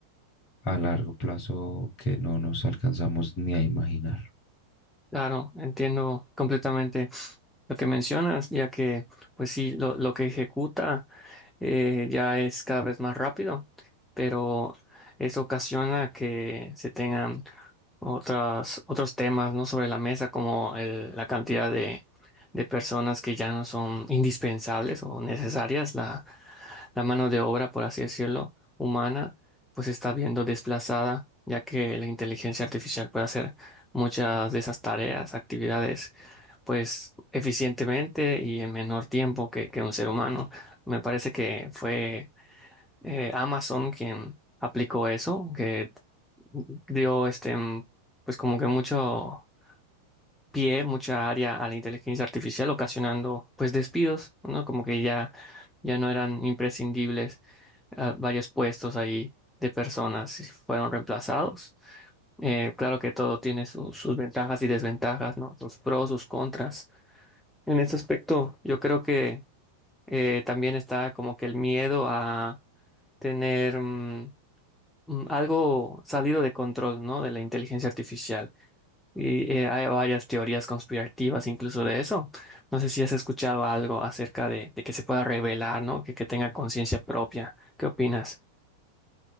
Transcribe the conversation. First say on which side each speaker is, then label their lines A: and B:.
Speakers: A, on the left; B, in the centre.
A: a largo plazo que no nos alcanzamos ni a imaginar.
B: Claro, entiendo completamente lo que mencionas, ya que pues sí, lo, lo que ejecuta. eh, ya es cada vez más rápido, pero eso ocasiona que se tengan otras, otros temas, ¿no? sobre la mesa, como el- la cantidad de, de personas que ya no son indispensables o necesarias, la mano de obra, por así decirlo, humana, pues se está viendo desplazada, ya que la inteligencia artificial puede hacer muchas de esas tareas, actividades, pues eficientemente y en menor tiempo que, que un ser humano. Me parece que fue eh, Amazon quien aplicó eso, que dio este, mm, pues como que mucho pie, mucha área a la inteligencia artificial, ocasionando pues despidos, ¿no? Como que ya, ya no eran imprescindibles ah, varios puestos ahí de personas y fueron reemplazados. Eh, claro que todo tiene su- sus ventajas y desventajas, ¿no? Sus pros, sus contras. En este aspecto, yo creo que eh, también está como que el miedo a tener mm, mm, algo salido de control, ¿no? De la inteligencia artificial. Y eh, hay varias teorías conspirativas incluso de eso. No sé si has escuchado algo acerca de, de que se pueda revelar, ¿no? Que, que tenga conciencia propia. ¿Qué opinas?